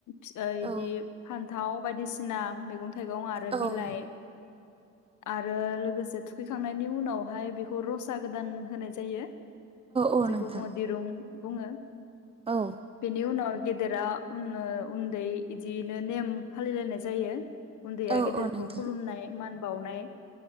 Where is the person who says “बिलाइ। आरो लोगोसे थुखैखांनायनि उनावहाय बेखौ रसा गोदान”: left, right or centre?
Left